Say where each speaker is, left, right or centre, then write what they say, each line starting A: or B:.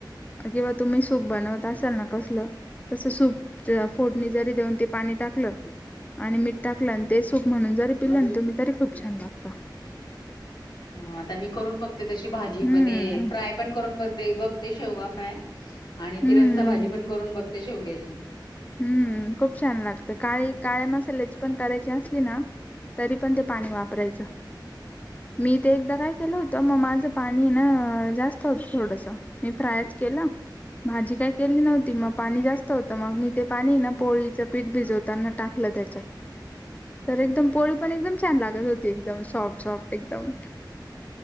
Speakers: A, on the left; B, on the left.
A: किंवा तुम्ही सूप बनवत असाल ना कसलं तसं सूप फोडणी जरी देऊन ते पाणी टाकलं आणि मीठ टाकलं आणि ते सूप म्हणून जरी पिलं तुम्ही तरी खूप छान लागता.
B: हम आता मी करून बघते तशी भाजी
A: हम्म
B: ब ते फ्राय पण करून बघते-बघते शेवगा काय आणि ती
A: हम्म
B: रस्सा भाजी पण करून बघते शेवग्याची
A: हम्म खूप छान लागतं काळी काळ्या मसाल्याची पण करायची असली ना, तरी पण ते पाणी वापरायचं मी ते एकदा काय केलं होत मग माझं पाणी ना जास्त होत थोडस मी फ्राय केल भाजी काय केली नव्हती मग पाणी जास्त होतं मग मी ते पाणी ना पोळीचं पीठ भिजवताना टाकलं त्याच्यात. तर एकदम पोळी पण एकदम छान लागत होती एकदम सॉफ्ट सॉफ्ट एकदम.